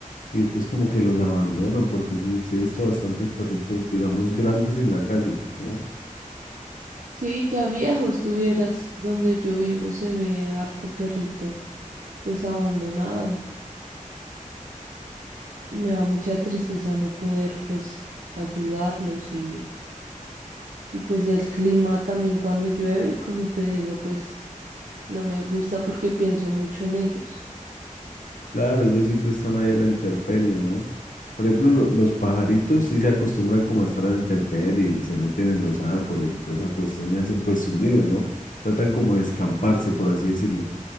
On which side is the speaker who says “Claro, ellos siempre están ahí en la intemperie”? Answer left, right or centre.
Left